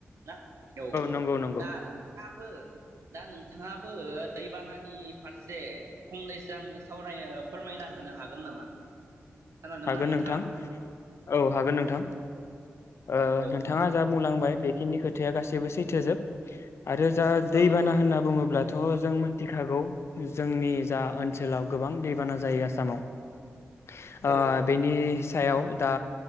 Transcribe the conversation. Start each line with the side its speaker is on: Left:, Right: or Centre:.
Right: ना औ
Left: नंगौ नंगौ
Right: दा आबो दा नोंथाङाबो दैबानानि फारसे फंनैसो आंनो सावराय फोरमायना होनो हागोन नामा खोनादोंना
Left: हागोन
Right: नोंथाङा?
Left: नोंथां औ हागोन नोंथां ओ
Right: नौ
Left: नोंथाङा जा बुंलांबाय बेखिनि खोथाया गासैबो सैथो जोब आरो जा दैबाना
Right: औ औ
Left: होनना बुङोब्ला थ' जों मोनथिखागौ जोंनि जा ओनसोलाव गोबां दैबाना जायो आसामाव आ
Right: औ औ
Left: बेनि सायाव दा